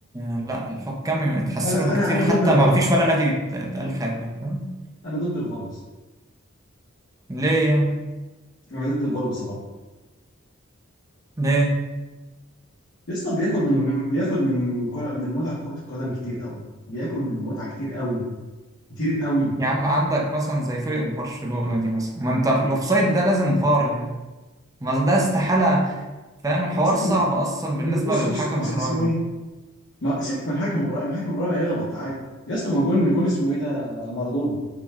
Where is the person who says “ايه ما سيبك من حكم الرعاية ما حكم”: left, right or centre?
Left